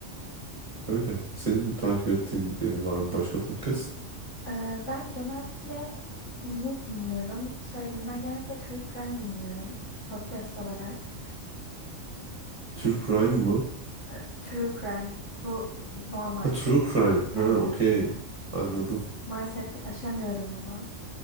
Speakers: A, on the right; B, on the left.
A: Öyle. Senin takip ettiğin e, var mı başka podcast?
B: Ee, ben genellikle ne dinliyorum? Söyleyeyim. Ben genellikle True Crime dinliyorum. Podcast olarak.
A: Türk
B: Ee,
A: Rhyme mı?
B: e, True Crime. Bu n- normal.
A: Ha, True Crime. Ha,
B: Evet,
A: okey.
B: evet.
A: Anladım.
B: Maalesef ki aşamıyorum bunu.